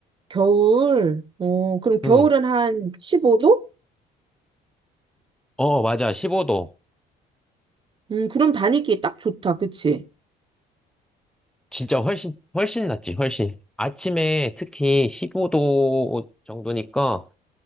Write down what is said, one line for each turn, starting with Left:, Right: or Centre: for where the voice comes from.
Right: 겨울. 어, 그럼 겨울은
Centre: 응.
Right: 한 15도?
Centre: 어, 맞아. 15도.
Right: 음, 그럼 다니기 딱 좋다. 그치?
Centre: 진짜 훨씬, 훨씬 낫지, 훨씬. 아침에 특히 15도 정도니까